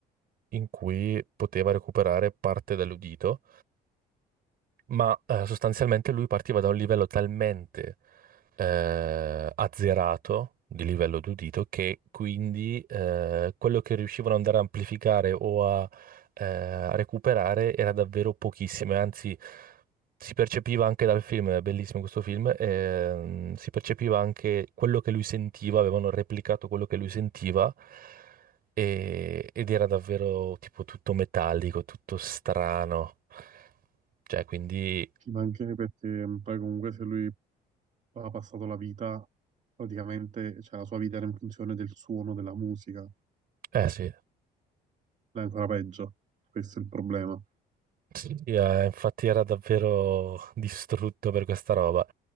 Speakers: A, on the right; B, on the right.
A: in cui poteva recuperare parte dell'udito, ma eh, sostanzialmente lui partiva da un livello talmente eh, azzerato di livello d'udito che quindi eh, quello che riuscivano ad andare a amplificare o a, eh, a recuperare era davvero pochissimo, e anzi si percepiva anche dal film, è bellissimo questo film, ehm, si percepiva anche quello che lui sentiva, avevano replicato quello che lui sentiva e- ed era davvero tipo tutto metallico, tutto strano. Cioè, quindi,
B: ci mancherebbe perché poi comunque se lui ha passato la vita praticamente, cioè la sua vita era in funzione del suono della musica,
A: eh sì,
B: è ancora peggio, questo è il problema.
A: sì, sì, eh, infatti era davvero distrutto per questa roba.